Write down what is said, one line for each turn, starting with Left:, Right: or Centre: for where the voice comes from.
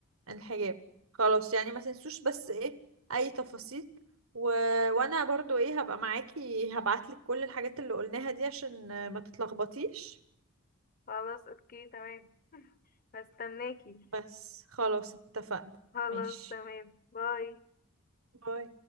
Right: الحجاب خلاص يعني ما تنسوش بس ايه اي تفاصيل و... وانا برضو ايه هبقى معاكي هبعتلك كل الحاجات اللي قلناها دي عشان ما تتلخبطيش
Left: خلاص اوكي تمام هستناكي
Right: بس خلاص اتفقنا
Left: خلاص
Right: ماشي
Left: تمام باي
Right: باي